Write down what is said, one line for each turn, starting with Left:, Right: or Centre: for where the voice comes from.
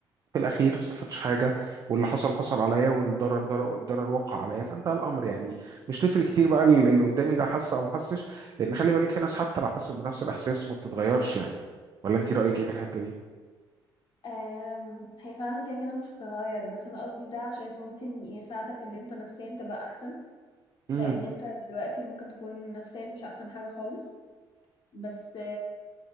Right: في الاخير ما استفدتش حاجه واللي حصل حصل عليا والضرر ضرر الضرر وقع عليا فانتهى الامر يعني مش تفرق كتير بقى ال- اللي قدامي ده حس او ما حسش لان خلي بالك في ناس حتى لو حست بنفس الاحساس ما بتتغيرش يعني ولا انت رايك ايه في الحته دي
Left: أم، هي فعلا كده كده مش هتتغير بس انا قصدي ده عشان ممكن يساعدك ان انت نفسيا تبقى احسن
Right: امم
Left: لان انت دلوقتي ممكن تكون نفسيا مش احسن حاجة خالص بس